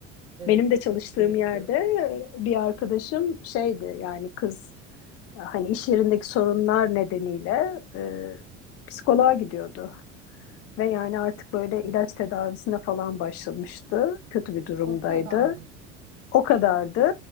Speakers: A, on the right (about 90°); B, on the left (about 40°).
A: Evet,
B: Benim de çalıştığım
A: kötüydü.
B: yerde bir arkadaşım şeydi yani kız hani iş yerindeki sorunlar nedeniyle e, psikoloğa gidiyordu. Ve yani artık böyle
A: Evet.
B: ilaç tedavisine falan başlamıştı. Kötü bir durumdaydı.
A: O kadar mı?
B: O kadardı.